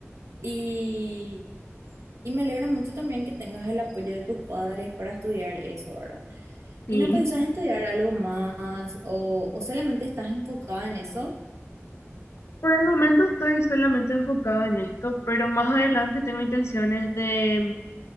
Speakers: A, on the right; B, on the left.
A: y Y me alegra mucho también que tengas el apoyo de tus padres para estudiar eso, ¿verdad?
B: Sí.
A: ¿Y no pensás estudiar algo más o, o solamente estás enfocada en eso?
B: Por el momento estoy solamente enfocada en esto, pero más adelante tengo intenciones de